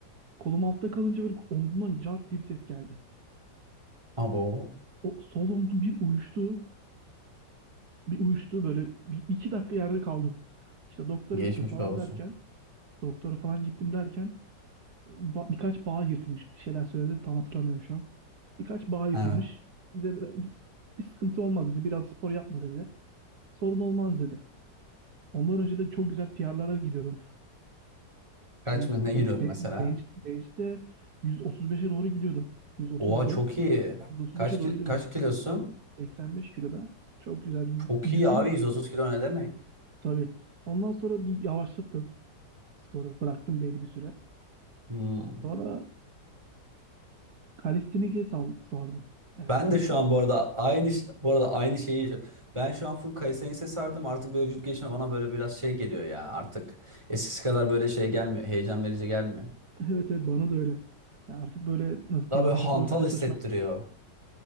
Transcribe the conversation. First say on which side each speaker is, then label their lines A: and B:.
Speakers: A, on the right (about 60°); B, on the right (about 15°).
A: Kolum altta kalınca böyle omzumdan cart diye bir ses geldi.
B: Abo.
A: O sol omzum bir uyuştu. Bir uyuştu böyle bir iki dakika yerde kaldım. İşte doktora
B: Geçmiş
A: gittim falan
B: olsun.
A: derken, doktora falan gittim derken ba- birkaç bağ yırtılmış bir şeyler söyledi tam hatırlamıyorum şu an. Birkaç bağ yırtılmış.
B: Evet.
A: Bize de- bir sıkıntı olmaz dedi. Biraz spor yapma dedi. Sorun olmaz dedi. Ondan önce de çok güzel PR'lara gidiyordum.
B: Kaç
A: Bench,
B: mı ne
A: be-
B: giriyordun
A: be-
B: mesela?
A: bench, bench'te 135'e doğru gidiyordum. 130'dum.
B: Oha çok iyi.
A: 135'e
B: Kaç
A: doğru
B: ki-
A: gidiyordum.
B: kaç kilosun?
A: 85 kiloda. Çok güzel bir
B: Çok
A: gidiyordum
B: iyi abi
A: da
B: 130 kilo ne demek?
A: tabii. Ondan sonra bir yavaşlattım sporu. Bıraktım belli bir süre.
B: Hmm.
A: Sonra kalistenike sal- sardım. Ee,
B: Ben
A: ismini
B: de şu
A: söyleyeyim.
B: an bu arada aynı bu arada aynı şeyi yaşıyorum. Ben şu an full Kayseri'ye sardım. Artık böyle vücut gelişimi bana böyle biraz şey geliyor ya artık. Eskisi kadar böyle şey gelmiyor. Heyecan verici gelmiyor.
A: Evet evet bana da öyle. Ya artık böyle nasıl
B: Daha
A: diyeyim
B: böyle
A: vücut
B: hantal
A: ağırlığında
B: hissettiriyor.
A: çalışmak.